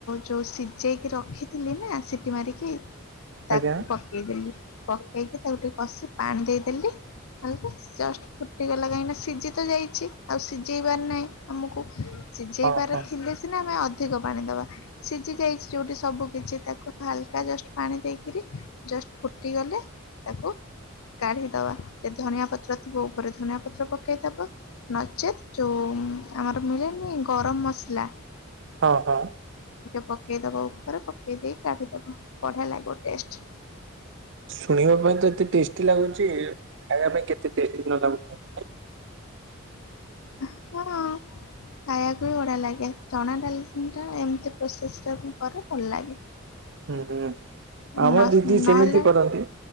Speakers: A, on the left (about 85°); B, on the right (about 60°).
A: ଯଉ ସିଝେଇକି ରଖିଥିଲି ନା ସିଟି ମାରିକି ତାକୁ
B: ଆଜ୍ଞା
A: ପକେଇଦେଲି। ପକେଇକି ତାକୁ ଟିକେ କଷି ପାଣି ଦେଇଦେଲି ଆଉ ଜଷ୍ଟ ଫୁଟିଗଲା କାହିଁକିନା ସିଝି ତ ଯାଇଚି ଆଉ ସିଝେଇବାର ନାହିଁ ଆମକୁ ସିଝେଇବାର
B: ହଁ ହଁ
A: ଥିଲେ ସିନା ଆମେ ଅଧିକ ପାଣି ଦବା ସିଝି ଯାଇଚି ଯୋଉଠି ସବୁ କିଛି ତାକୁ ହାଲକା ଜଷ୍ଟ ପାଣି ଦେଇକିରି ଜଷ୍ଟ ଫୁଟିଗଲେ ତାକୁ କାଢିଦବା ଧନିଆ ପତ୍ର ଥିବ ଉପରେ ଧନିଆ ପତ୍ର ପକେଇଦବ ନଚେତ୍ ଯୋଉ ଆମର ମିଳେନି ଗରମ ମସଲା
B: ହଁ ହଁ।
A: ପକେଇଦେବା ଉପରେ ପକେଇ ଦେଇ କାଢ଼ି ଦବ ବଢ଼ିଆ ଲାଗିବ ଟେଷ୍ଟ
B: ଶୁଣିବା ପାଇଁ ତ ଏତେ ଟେଷ୍ଟି ଲାଗୁଛି ଖାଇବା ପାଇଁ କେତ୍ ତେ ଟେଷ୍ଟି ନ ଲାଗୁଥିବ।
A: ଅ ହଁ। ଖାଇବାକୁ ବି ବଢ଼ିଆ ଲାଗେ। ଚଣା ଡାଲି ଟା ଏମିତି ପ୍ରୋସେସ ରେ କଲେ ଭଲ ଲାଗେ।
B: ହୁଁ ହୁଁ। ଆମ
A: ନ
B: ଦିଦି
A: ନହେଲେ
B: ସେମିତି କରନ୍ତି